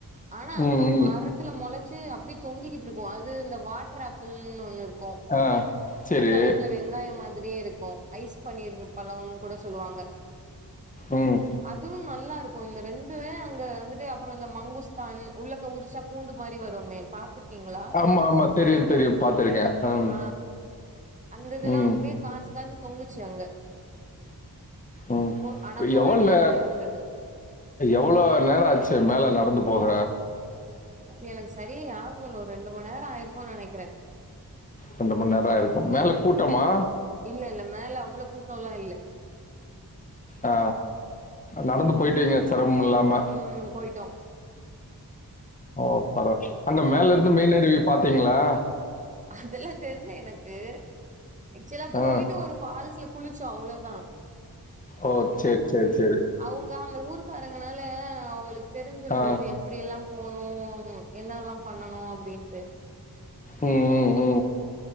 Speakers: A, on the right; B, on the left.
A: ஆனா
B: ம்.
A: அங்க
B: ம். ம்.
A: மரத்து த்துல முளச்சு அப்டி தொங்கிக்கிட்டு இருக்கு அது இந்த வாட்டர் ஆப்பிள்னு ஒண்ணு இருக் கு
B: ஆ.
A: பிங்க்
B: சரி.
A: கலர்ல வெங்காயம் மா திரி இருக்கும் ஐஸ் பன்னீர் பழம் கூட சொல்லுவாங்க
B: ம்.
A: அதுவு நல்லா இருக்கு இந்த ரெண்டுமே அங்க வந்துட்டு அப்புறோ இந்த மங்குஸ்தான் உள்ளக்க உறுச்சா பூண்டு மாரி வருமே பாத்துருக்கீங்களா
B: ஆமா, ஆமா. தெரியும், தெரியும். பார்த்துருக்கேன். ம்.
A: ஆ அந்த இதுல்லா
B: ம்.
A: அப்டியே காச்சு காச்சு தொங்குச்சு அங்க
B: உம்
A: ஓ ஆனா
B: இப்ப
A: கொரங்குல்லா
B: எவ்ளோங்க
A: இருந்தது
B: எவ்ளோ நேரம் ஆச்சு மேல நடந்து போக
A: அப்ப எனக்கு சரியா நியாபகம் இல்ல ஒரு ரெண்டு மண் நேரம் ஆயிருக்கும் நினைக்கிற
B: ரெண்டு மண் நேரம் ஆயிருக்கும் மேல கூட்டமா
A: இல்ல இல்ல மேல அவ்ளோ கூட்டோல்லா இல்ல
B: ஆ நடந்து போயிட்டீங்க சிரமம் இல்லாம
A: ம் போயிட்டோ
B: ஓ பரவ அங்க
A: அவங்க
B: மேல
A: அந்த
B: இருந்து மெயின் அருவி பாத்தீங்களா
A: அதெல்லா தெரில எனக்கு ஆக்சுவலா
B: ஆ.
A: போயிட்டு ஒரு ஃபால்ஸ்ல குளிச்சோ அவ்வளோ தா
B: ஓ சேரி சேரி சேரி
A: அவுங்க அந்த ஊருக்காரங்கனால அவுங்களுக்கு தெரிஞ்சிருந்தது
B: ஆ.
A: எப்டி எல்லா போனு என்னெல்லா பண்ணனும் அப்டின்ட்டு
B: உம் உம் உம்